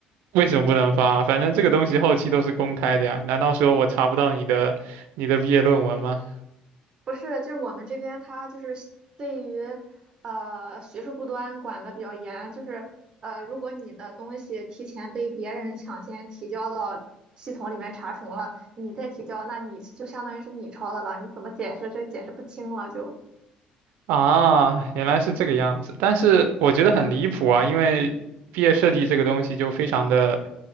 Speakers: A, on the right (about 85°); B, on the right (about 30°).
A: 为什么不能发？反正这个东西后期都是公开的呀，难道说我查不到你的你的毕业论文吗？
B: 不是，就是我们这边他就是对于呃学术不端管的比较严，就是呃如果你的东西提前被别人抢先提交到系统里面查重了，你再提交，那你就相当于是你抄的了，你怎么解释这解释不清了就。
A: 啊，原来是这个样子，但是我觉得很离谱啊，因为毕业设计这个东西就非常的，